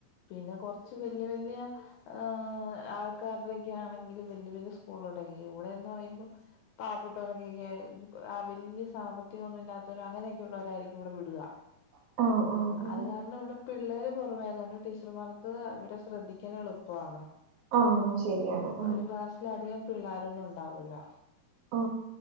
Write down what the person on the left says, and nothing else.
പിന്നെ കൊറച്ച് വല്യ വല്യ ആ ആൾക്കാരുടെക്കെ ആണെങ്കിൽ വല്യ വല്യ സ്കൂളുടെ ഇവിടെന്ന് പറയുമ്പോ പാവപ്പെട്ടവരൊക്കെയൊക്കെ വലിയ സാമ്പത്തികം ഒന്നും ഇല്ലാത്തവരോ അങ്ങനെയൊക്കെള്ളവരായിരിക്കും ഇവിടെ വിടുക
അത് കാരണം ഇവിടെ പിള്ളേര് കുറവായതുകൊണ്ട് ടീച്ചർമാർക്ക് അവിടെ ശ്രദ്ധിക്കൻ എളുപ്പന്
ഒരു ക്ലാസ്സിലധികം പിള്ളോരൊന്നും ഉണ്ടാവൂല്ലോ